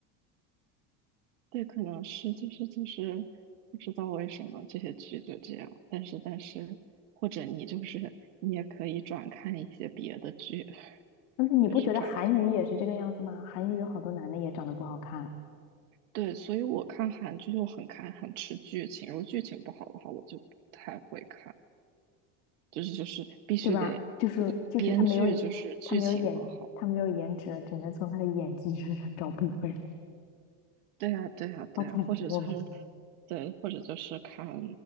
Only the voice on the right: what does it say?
对，可能是就是就是不知道为什么这些剧就这样，但是但是或者你就是你也可以转看一些别的剧，<laughs>
就是转看。
对，所以我看韩剧就很看很吃剧情，如果剧情不好的话，我就不太会看。就是就是必须得
编剧就是剧情很好。
对呀，对呀，对呀，
或者就是
对，或者就是看